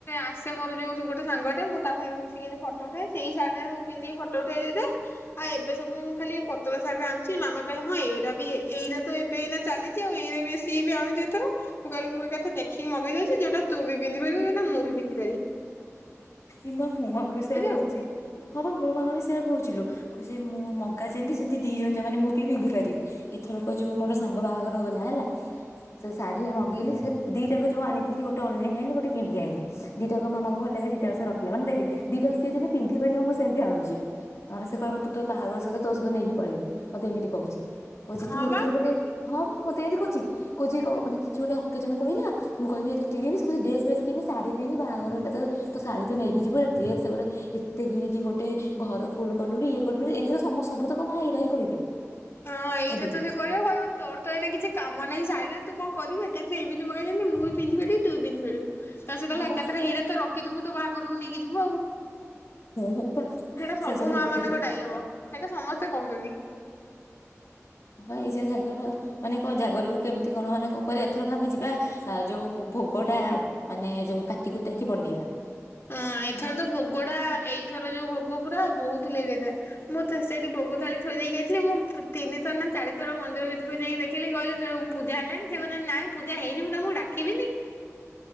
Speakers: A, on the left; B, on the left.
A: ଆସେ ମୋର ଯୋଉ ଗୋଟେ ଗୋଟେ ମୁଁ ତା ସାଙ୍ଗରେ ମିଶିକି ଫଟୋ ଉଠେଇଏ ସେଇ ଶାଢୀରେ ସବୁ ପିନ୍ଧିକି ଫଟୋ ଉଠେଇ ଦେଇଥାେ ଆଉ ଏବେ ସବୁ ମୁଁ ଖାଲି ପତଲ ଶାଢୀରେ ଆଣିଛି ମାମା କହିଲେଁ ଏଇା ବି ଏଇଟା ତ ଏବେ ଏନା ଚାଲିଛି ଆଉ ଏଇ ବି ବି ଆଣୁଛି ଏଥର ମୁଁ କହିଲି ମୁଁ ଏକଥା ଦେଖିକି ମଗେଇଉଛିଉଟା ତୁ ବି ପିଧିପାରିବୁଉଟା ମୁଁ ବି ପିନ୍ଧିପିବି
B: ଇମା ମୋ ମାମା ବି ସେୟଆ କହୁଛି
A: ଆଉ।
B: ହଁ ବା ମୋ ମାମା ବି ସେଇୟା କହୁଥିଲୁ କଛି ମୁଁ ମଗା ଯେିନ୍ଧି ସେମିତି ଦି ଜଣ ଯା ମେ ମୁଁ ବି ପିନ୍ଧି ପିବିଥରକ ଯୋଉ ମୋର ସାଙ୍ଗ ବାହାଘର ଗଲା ହେଲା। ସେ ଶାଢୀ ମଗେଇଲି ସେ ଦିଟା ଯୋଉ ଆଣିଥିଲି ଗୋଟ ଅନଲନ ଆଲି ଗୋଟେ କିିକି ଆଣିଲି ଦିଇଟା ମା ଭଲ ଲାଗେ ଦିଟାସଷରେ ରଖିଲ ମାନ ଦେ ଦିଟା ସେି ଯିଧିାରିବ ମୁଁ ସେମତିଣୁଛି ନହେ ସେ କହିବ ତୁ ତ ତାହାଘର ସହିତ ତୋ ସହିତ ନେଇକିଳେଇବୁ ମତେ ଏମିତି କହୁଛି। କହୁଛି
A: ହଁ
B: ତୁ ଏଥର
A: ବା
B: ଗୋଟେ ହଁ ବା ମତେ ଏମି କହୁଛି କହୁଛି ମାନ କି ଗୋଟେ ଅକେଜ ପିଲା ମୁଁ କିବିଇଟ କିଣିବି ଡ୍ରେସେ କିି ଶଢୀଣିବି ବାହାଘର ସେ ତ ଶାଢୀ ତ ନେଇକି ଯିବୁ ଡ୍ରେସ ଗୋଟେ ଏତେ କିଣିକି ଗୋଟେ ଘର ଫୁଲ କଲୁ ଇଏ କଲୁ ଏତି ତ ସମସ୍ତ ସବୁ ତ କମା ହେଇ ହିଁ କହିବେ
A: ହଁ ଏଇଟା
B: ଏବେ
A: ତ ସେ କରିବ କହିବ ତୋର ତ ଏଇନା କିଛି କାମ ନାହିଁ ଶାରୀରେ ତୁ କଣ କରୁ ଏକା ତ ଏମିତି ମଗାଇ ମୁଁ ପିନ୍ଧିରିବି ତୁ ପିନ୍ଧିରିବୁ ତ ସେ କହିଲ
B: ହଁ
A: ଏକାଥରେ
B: ବା
A: ହେଇରେ ତ ରଖିଥିବୁ ତ ବାହାଘରକୁ ନେଇକି ଯିବୁ ଆଉ
B: ହଁ ହଁ ବା
A: ସେଇଟା ସବୁ
B: ସେ
A: ମା
B: ରଖିଥିବା
A: ମାନଙ୍କ ଡାଇଲଗ ସେଇଟା ସମସ୍ତେ କହୁଛନ୍ତି।
B: ହ ଏଇ ଯା ଜାଗର ଆଉ ମାନେ କଣ ଜାଗରକୁ କେମିତି କଣ ମାନେ କଣ କହ ଏଥରକ ଆମେ ଯିବା ଯୋଉ ଭୋଗଟା ମାନେ ଯୋଉ କାଟିକୁୁଟାକି ବନେଇବା
A: ହଁ ଏଥର
B: ହେଲା
A: ତ ଭୋଗଡା ଏଇଥର ଯୋଉ ଭୋଗ- ଭୋଗ ପୁରା ବହୁତ ଲେଟ୍ ହେଇଥିଲା ମୁଁ ସେଇଠି ଭୋଗ ଥାଳି ଥୋଇ ଦେଇକି ଯାଇଥିଲି ମୁଁ ତିନିଥର ନା ଚାରିଥର ମନ୍ଦିର ଭିତରେ ଯାଇକି ଦେଖିଲି- କହିଲି ସେ ପୂଜା ହେଲାଣି ସେ- ନା ନାଇଁ ପୂଜା ହେଇନି ମୁଁ ତମକୁ ଡାକିବିନି-